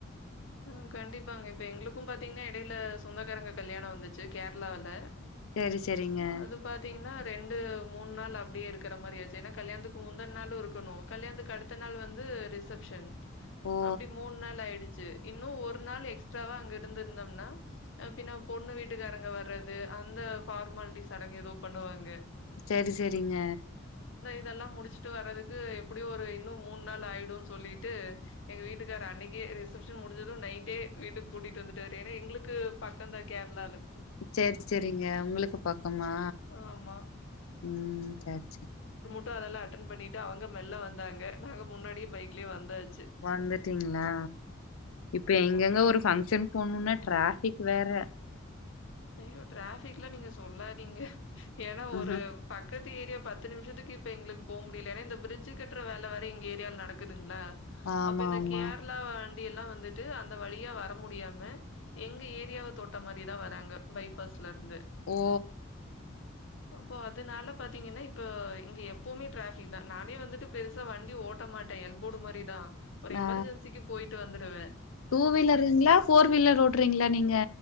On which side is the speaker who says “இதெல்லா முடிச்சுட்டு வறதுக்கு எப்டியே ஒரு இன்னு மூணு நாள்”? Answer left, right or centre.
Left